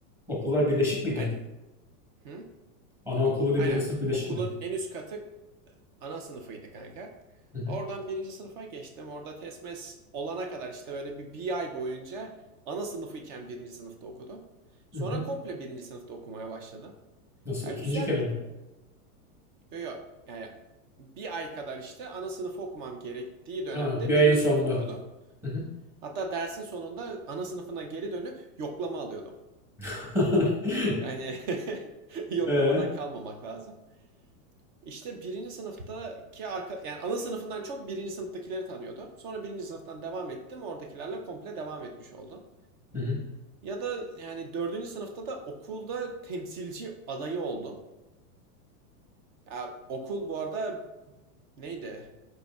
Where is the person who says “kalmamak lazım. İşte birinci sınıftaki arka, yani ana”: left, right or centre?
Right